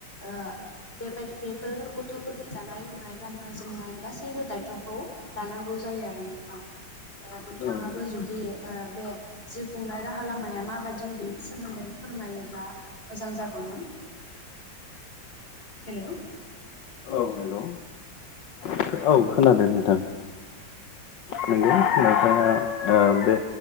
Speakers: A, on the left (about 30°); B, on the left (about 70°).
A: ओ बेबायदि बेफोर गथ'फोरनि जानाय लोंनाय गाननाय जोमनाय गासैबो दायथ'खौ लानांगौ जायो आरो नोंथां नोंथाङाबो
B: औ
A: जुदि ओ बे जिउ खुंनाय राहा लामाया माबाददि बेनि सोमोन्दै फोरमायोब्ला मोजां जागौमोन। हेल'
B: औ हेल' औ खोनादों नोंथां। नोंगौ नोंथाङा बे